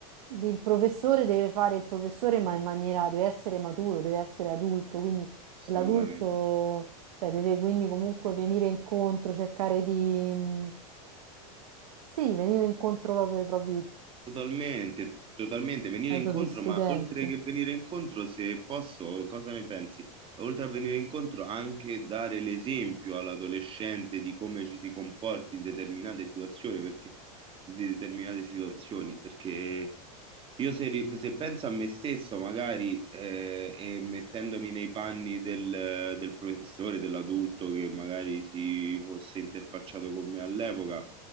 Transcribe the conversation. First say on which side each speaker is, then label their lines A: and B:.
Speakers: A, on the right; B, on the right.
A: il professore deve fare il professore, ma in maniera, deve essere maturo, deve essere adulto, quindi
B: Assolutamente.
A: l'adulto, cioè, deve quindi comunque venire incontro, cercare di, mh, sì, venire incontro proprio ai propri,
B: Totalmente, totalmente, venire
A: ai
B: incontro,
A: propri studenti.
B: ma oltre che venire incontro, se posso, cosa ne pensi? Oltre a venire incontro, anche dare l'esempio all'adolescente di come ci si comporti in determinate situazioni, perché, in determinate situazioni, perché io se, ri- se penso a me stesso, magari, eh, e mettendomi nei panni del del professore, dell'adulto che magari si fosse interfacciato con me all'epoca,